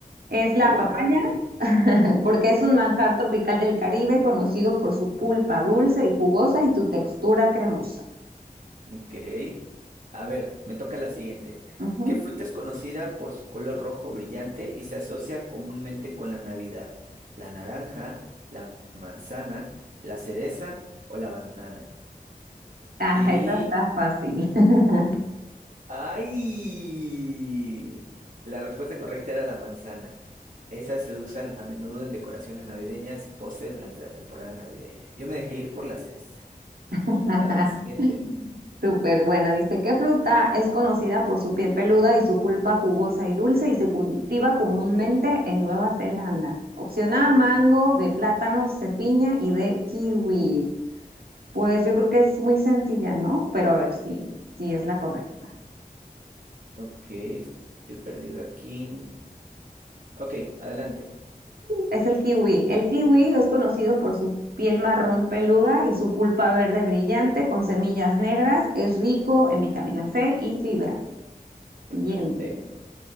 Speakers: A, on the right; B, on the right.
A: Es la
B: Guau.
A: papaya, <laughs> porque es un manjar tropical del Caribe conocido por su pulpa dulce y jugosa y su textura cremosa.
B: Ok. A ver, me toca la siguiente.
A: Ujú.
B: ¿Qué fruta es conocida por su color rojo brillante y se asocia comúnmente con la Navidad? ¿La naranja, la manzana, la cereza o la banana?
A: Ah,
B: Y
A: esa está fácil. <laughs>
B: ¡Ay! La respuesta correcta era la manzana. Esas se usan a menudo en decoraciones navideñas y postres durante la temporada navideña. Yo me dejé ir por la cereza.
A: <laughs>
B: A ver, siguiente.
A: Súper, bueno, dice, ¿qué fruta es conocida por su piel peluda y su pulpa jugosa y dulce y se cultiva comúnmente en Nueva Zelanda? Opción A,
B: Wow.
A: mango, B, plátano, C, piña y D, kiwi. Pues yo creo que es muy sencilla, ¿no? Pero a ver si, si es la correcta.
B: Ok, estoy perdido aquí. Ok, adelante.
A: Es el kiwi. El kiwi es conocido por su piel marrón peluda y su pulpa verde brillante con semillas negras. Es rico en vitamina C y fibra. Siguiente.
B: Perfecto.